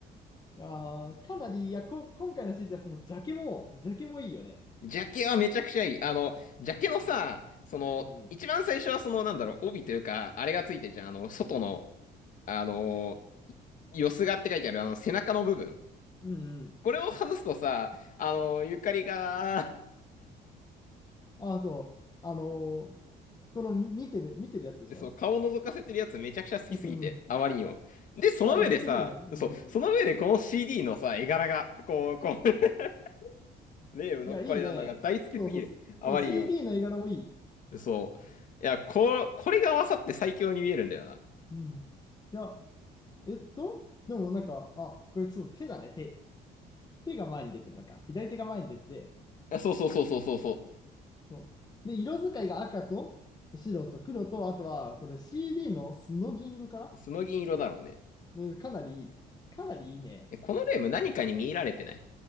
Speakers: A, on the left; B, on the left.
A: あーかなり、いや、こ、今回の CD はそのジャケも、ジャケもいいよね。
B: ジャケはめちゃくちゃいい。あの、ジャケのさ、
A: うん。
B: その、
A: うん。
B: 一番最初はその、なんだろう、帯というか、あれがついてるじゃん。あの、外の、あの、よすがって書いてある、あの、背中の部分。
A: うんうん。
B: これを外すとさ、あの、ゆかりが、
A: ああ、そう。あのーこの見てる、見てるやつでしょ
B: <laughs> そう、顔を覗かせてるやつめちゃくちゃ好きすぎて、
A: うん
B: あまりにも。で、その上でさ、
A: いや、いけてるよね。うんうん。
B: そう、その上でこの CD のさ、絵柄が、こう、こう、<laughs> レイムのこれなのが大好きすぎる。
A: いや、いいね。そうそう。
B: あまりにも。
A: そう、CD の絵柄もいい。
B: そう。いや、こ、これが合わさって最強に見えるんだよな。
A: うん。いや、えっと、でもなんか、あ、これそう、手だね。手。手が前に出てるのか。左手が前に出てて、
B: あ、そうそうそうそうそうそ
A: そう。で、色使いが赤と白と黒と、あとは、これ CD のスノ銀色かな
B: う。スノ銀色だろうね。
A: ねかなりいい、かなりいいね。
B: えこのレーム何かに見入られてない